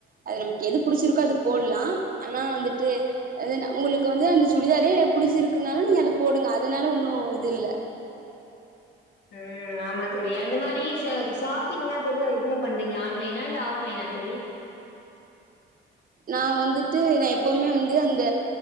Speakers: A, on the right; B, on the left.
A: அது நமக்கு எது புடிச்சிருக்கோ அது போட்லாம் ஆனா வந்துட்டு அது உங்களுக்கு வந்து அந்த சுடிதாரே புடிச்சிருக்குனாலும் நீங்க அது போடுங்க அதுனால ஒன்னும் இது இல்ல
B: ம் ஆமா தோழி அந்த மாரி ஸா ஷாப்பிங்லாம் பொதுவா எதுல பண்றீங்க ஆன்லைனா இல்ல ஆஃப்லைனா தோழி
A: நான் வந்துட்டு நான் எப்பவுமே வந்து அந்த